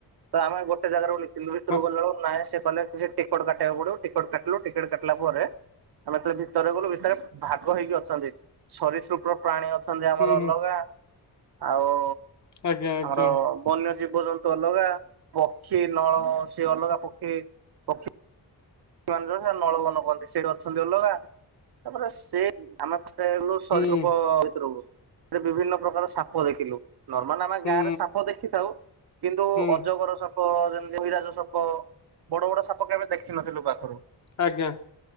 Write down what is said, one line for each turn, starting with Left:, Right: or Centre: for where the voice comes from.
Right: ତ ଆମେ ଗୋଟେ ଜାଗାରେ ବୋଲି କିନ୍ତୁ ଭିତରକୁ
Left: ହଁ
Right: ଗଲା ବେଳକୁ ନାହିଁ ସେ କହିଲେ ଟିକେଟ କାଟିବାକୁ ପଡ଼ିବ ଟିକେଟ କାଟିଲୁ ଟିକଟ କାଟିଲା ପରେ ଆମେ ତ ଭିତରେ ଗଲୁ ଭିତରେ ଭାଗ ହେଇକି ଅଛନ୍ତି। ସରିସୃପ ପ୍ରାଣୀ ଅ ଅଛନ୍ତି ଆମର
Left: ହୁଁ ହୁଁ
Right: ଅଲଗା ଆଉ।
Left: ଆଜ୍ଞା ଆଜ୍ଞା।
Right: ଆମର ବନ୍ୟ ଜୀବଜନ୍ତୁ ଅଲଗା ପକ୍ଷୀ ନଳପକ୍ଷୀ ଅଲଗା ପକ୍ଷୀ। ପକ୍ଷୀ <unintelligible> ନଳବନ କୁହନ୍ତି ସେଇଠି ଅଛନ୍ତି ଅଲଗା। ତାପରେ ସେ ଆମେ ଠିଆ ହେଲୁ। ସରିସୃପ
Left: ହୁଁ
Right: ସେଠି ବିଭିନ୍ନ ପ୍ରକାର ସାପ ଦେଖିଲୁ। ନର୍ମାଲ ଆମେ
Left: ହୁଁ
Right: ଗାଁରେ ସାପ ଦେଖିଥାଉ। କିନ୍ତୁ
Left: ହୁଁ
Right: ଅଜଗର ସାପ ସାପ ଯେମିତି ଅହିରାଜ ସାପ ବଡ଼ ବଡ଼ ସାପ କେବେ ଦେଖିନଥିଲୁ ପାଖିରୁ।
Left: ଆଜ୍ଞା